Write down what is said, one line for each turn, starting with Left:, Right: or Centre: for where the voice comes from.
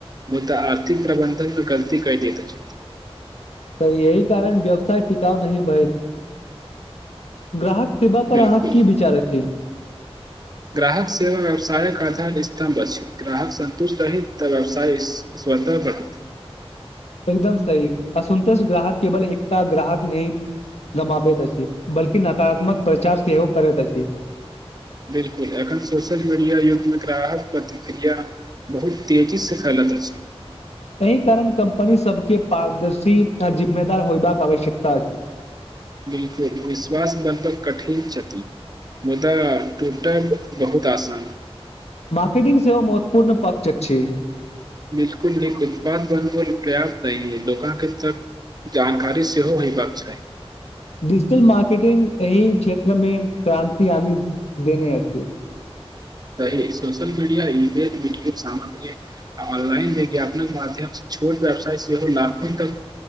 Right: मुद्धा आर्थिक प्रबन्धन गलती कै दैत छथि
Left: सही यह कारण व्यवसाय टिकााव नहि भय ग्राहक शिवा पर
Right: बिल्कुल
Left: अहाँ की विचार अ छी
Right: ग्राहक सेवा व्यवसायक आधार स्तम्भ अछि ग्राहक संन्तुष्ट रहैत तऽ व्यवसाय स्वत पटत
Left: एकदम सही असन्तोष ग्राहक केवल एकटा ग्राहक नहि गमाबैत अछि बलकि नकारात्मक प्रचार सेहो ओ करैत अछि
Right: बिलकुल एखन सोशल मीडिया युग मे ग्राहक प्रतिक्रिया बहुत तेजी से फैलल अछी
Left: एहि कारण कम्पनी सबके पारदर्शी आ जिम्मेदार होयबाक आवश्यकता अछि
Right: बिलकुल विश्वास बदल कठिन छथि मु तऽ टूटल बहुत आसान
Left: मार्केटिंग सेहो महत्वपूर्ण पकचक छै
Right: बिलकुल एक उत्पाद बनब प्र्याप्त नहि है लके तक जानकारी सेहो होयबाक चाही
Left: डिजिटल मार्केटिंग एहिही क्षेत्र मे क्रान्ति आनी देने अछि
Right: <inaudible> सही social media email video सामग्री आ ऑनलाइन विज्ञापन माध्यम छोट व्यवसाय सेहो लाभ तक